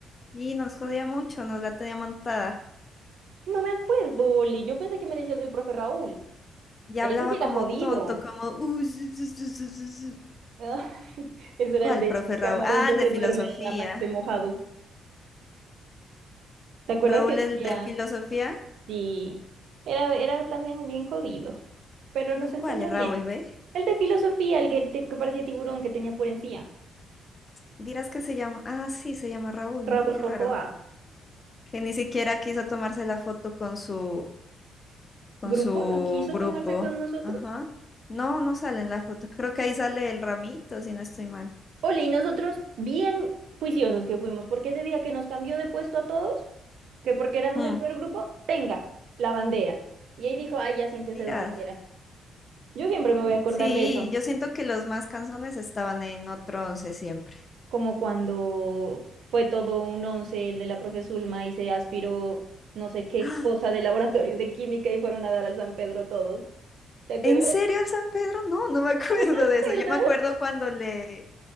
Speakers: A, on the left; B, on the right.
A: Y nos jodía mucho, nos la tenía montada.
B: No me acuerdo, Oli. Yo pensé que me decías del profe Raúl.
A: Y hablaba
B: Ese sí era
A: como
B: jodido.
A: tonto, como... "Uh, zu, zu, zu, zu, zu, zu".
B: Ah, <laughs> Ese era
A: ¿Cuál,
B: el de
A: profe Raúl?
B: camarón
A: Ah,
B: que
A: el
B: se
A: de filosofía.
B: duerme y amanece mojado. ¿Te acuerdas
A: ¿Raúl
B: que decía?
A: el de filosofía?
B: Sí, era, era también bien jodido, pero nos
A: No,
B: enseñó
A: ¿cuál es Raúl,
B: bien.
A: ve?
B: El de filosofía, el que, te- que parecía tiburón que tenía por encía.
A: Dirás que se llama... Ah, sí, se llama Raúl,
B: Raúl
A: ¿no? Qué
B: Jojoa.
A: raro. que ni siquiera quiso tomarse la foto con su, con
B: Grupo
A: su
B: no quiso
A: grupo.
B: tomarse con nosotros.
A: Ajá. No, no sale en la foto. Creo que ahí sale el ramito, si no estoy mal.
B: Ole, y nosotros bien juiciosos que fuimos, porque ese día que nos cambió de puesto a todos, que porque éramos
A: Mm,
B: el peor grupo, tenga la bandera. Y ahí dijo, ay, ya siéntese
A: Díaz.
B: donde quiera. Yo siempre me voy
A: Mm,
B: a acordar
A: Sí,
B: de eso.
A: yo siento que los más canzones estaban en otro once siempre.
B: como cuando fue todo un once el de la profe Zulma y se aspiró no sé qué
A: ¡Ah!
B: cosa de laboratorio de química y fueron a dar al San Pedro todos. ¿Te acuerdas?
A: ¿En serio el San Pedro? No, no me <laughs> acuerdo
B: ¿No te acuerdas?
A: de eso. Yo me acuerdo cuando le